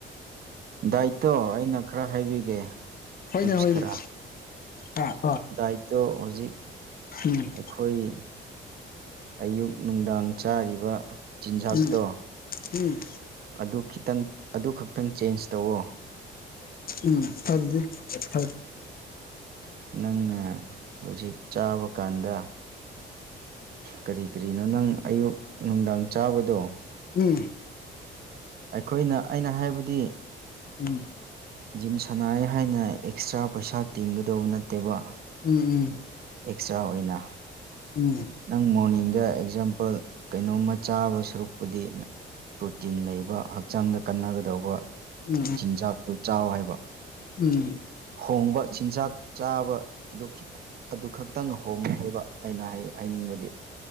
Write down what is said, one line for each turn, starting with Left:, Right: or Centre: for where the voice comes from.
Right: ꯗꯥꯏꯇꯣ ꯑꯩꯅ ꯈꯔ ꯍꯥꯏꯕꯤꯒꯦ
Left: ꯍꯅꯦ
Right: ꯇꯤꯞꯁ
Left: ꯍꯣꯏꯅꯦ
Right: ꯈꯔ
Left: ꯍꯥ
Right: ꯗꯥꯏꯠꯇꯣ ꯍꯧꯖꯤꯛ
Left: ꯎꯝ
Right: ꯑꯩꯈꯣꯏ ꯑꯌꯨꯛ ꯅꯨꯡꯗꯥꯡ ꯆꯥꯔꯤꯕ ꯆꯤꯟꯖꯥꯛꯇꯣ
Left: ꯎꯝ ꯎꯝ
Right: ꯑꯗꯨ ꯈꯤꯇꯪ ꯑꯗꯨ ꯈꯛꯇꯪ ꯆꯦꯟꯖ ꯇꯧꯑꯣ
Left: ꯎꯝ ꯐꯗꯤ ꯐ
Right: ꯅꯪꯅ ꯍꯧꯖꯤꯛ ꯆꯥꯕ ꯀꯥꯟꯗ ꯀꯔꯤ ꯀꯔꯤꯅꯣ ꯅꯪ ꯑꯌꯨꯛ ꯅꯨꯡꯗꯥꯡ ꯆꯥꯕꯗꯣ
Left: ꯎꯝ
Right: ꯑꯩꯈꯣꯏꯅ ꯑꯩꯅ ꯍꯥꯏꯕꯗꯤ
Left: ꯎꯝ
Right: ꯖꯤꯝ ꯁꯥꯟꯅꯩ ꯍꯥꯏꯅ ꯑꯦꯛꯁꯇ꯭ꯔꯥ ꯄꯩꯁꯥ ꯇꯤꯡꯒꯗꯧꯕ ꯅꯠꯇꯦꯕ
Left: ꯎꯝ ꯎꯝ
Right: ꯑꯦꯛꯁꯇ꯭ꯔꯥ ꯑꯣꯏꯅ
Left: ꯎꯝ
Right: ꯅꯪ ꯃꯣꯔꯅꯤꯡꯗ ꯑꯦꯛꯖꯥꯝꯄꯜ ꯀꯩꯅꯣꯝꯃ ꯆꯥꯕ ꯁꯔꯨꯛꯄꯨꯗꯤ ꯄ꯭ꯔꯣꯇꯤꯟ ꯂꯩꯕ ꯍꯛꯆꯥꯡꯗ ꯀꯟꯅꯒꯗꯧꯕ
Left: ꯎꯝ
Right: ꯆꯤꯟꯖꯥꯛꯇꯨ ꯆꯥꯎ ꯍꯥꯏꯕ
Left: ꯎꯝ
Right: ꯈꯣꯡꯕ ꯆꯤꯟꯖꯥꯛ ꯆꯥꯕꯗꯨꯈꯤ ꯑꯗꯨ ꯈꯛꯇꯪ ꯍꯣꯡꯉꯨ ꯍꯥꯏꯕ ꯑꯩꯅ ꯍꯥꯏꯅꯤꯡꯕꯗꯤ